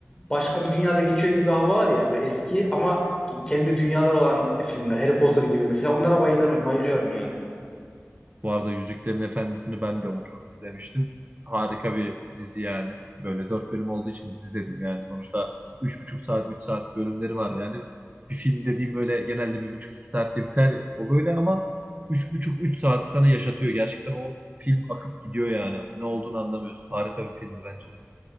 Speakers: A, on the left; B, on the right.
A: başka bir dünyada geçiyor gibi bir hava var ya böyle eski ama kendi dünyalar olan filmler. Harry Potter gibi mesela onlara bayılırım, bayılıyorum yani.
B: Bu arada Yüzüklerin Efendisi'ni ben de oturup izlemiştim. Harika bir dizi yani. Böyle dört bölüm olduğu için dizi dedim yani. Sonuçta üç buçuk saat, üç saat bölümleri var yani. Bir film dediğim böyle genelde bir buçuk, iki saatte biter ya. O böyle ama üç buçuk, üç saati sana yaşatıyor. Gerçekten o film akıp gidiyor yani. Ne olduğunu anlamıyorsun. Harika bir filmdi bence de.